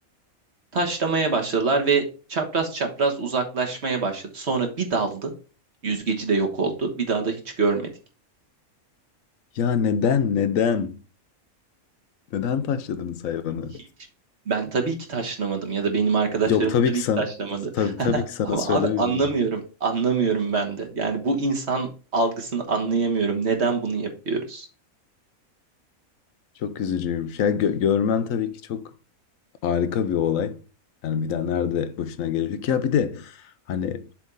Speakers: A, on the right; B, on the left.
A: Taşlamaya başladılar ve çapraz çapraz uzaklaşmaya başladı. Sonra bir daldı. Yüzgeci de yok oldu. Bir daha da hiç görmedik.
B: Ya neden neden? Neden taşladınız hayvanı?
A: Hiç ben tabii ki taşlamadım ya da benim arkadaşlarım
B: Yok tabii
A: tabii
B: ki sana
A: ki taşlamadı.
B: tabii,
A: <laughs>
B: tabii ki sana
A: Ama
B: söylemiyorum.
A: abi anlamıyorum. Anlamıyorum ben de. Yani bu insan algısını anlayamıyorum. Neden bunu yapıyoruz?
B: Çok üzücüymüş. Ya gö- görmen tabii ki çok Harika bir olay. Yani bir daha nerede başına gelecek? Ya bir de hani